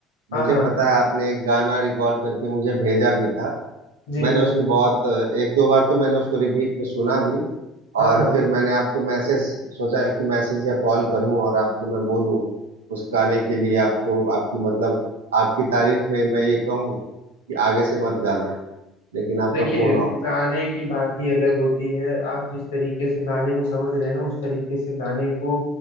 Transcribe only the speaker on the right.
मुझे
पता है आपने एक गाना रिकॉर्ड करके मुझे भेजा भी था
मैंने
उसको बहुत एक दो बार तो मैंने उसको रिपीट में सुना भी
और
फिर मैंने आपको मैसेज सोचा कि मैसेज या कॉल करूं और आपको मैं बोलूं उस गाने के लिए आपको आपकी मतलब आपकी तारीफ में मैं ये कहूं कि आगे से मत गाना लेकिन आपका
फोन ऑफ